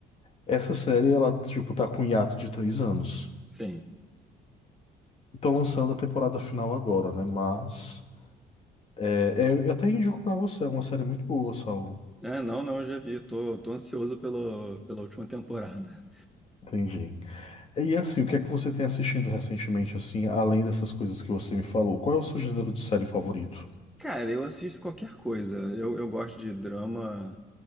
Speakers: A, on the left; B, in the centre.
A: Essa série, ela, tipo, tá com um hiato de três anos.
B: Sim.
A: Estão lançando a temporada final agora, né? Mas, é, é, eu até indico pra você, é uma série muito boa, Saulo.
B: É, não, não, eu já vi. Eu Tô, tô ansioso pelo, pela última temporada.
A: Entendi. E assim, o que é que você tem assistindo recentemente, assim, além dessas coisas que você me falou? Qual é o seu gênero de série favorito?
B: Cara, eu assisto qualquer coisa. Eu, eu gosto de drama,